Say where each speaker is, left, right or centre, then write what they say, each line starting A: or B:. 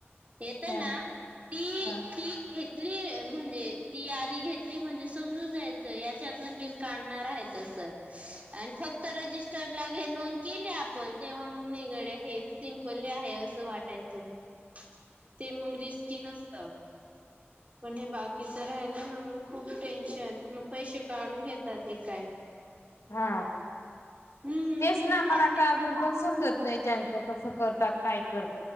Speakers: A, on the right; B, on the left.
A: घेतना
B: हा
A: ती
B: हा
A: ती म्हणजे ती घेतली म्हणजे समजून जायचं याच्यातन बिल काढणार आहे तसं आणि फक्त रजिस्टरला घे नोंद केली आपण तेव्हा मग नि गड हे सिमपल आहे असं वाटायचं ते मगजे स्किन असत पण हे बाकीच राहिलं ना मग खूप टेन्शन मग पैसे काढून घेतात ते काय
B: हा
A: हम्म
B: तेच ना मला
A: पाठी
B: आता अजून पण समजत नाही त्यां कस करतात काय करतात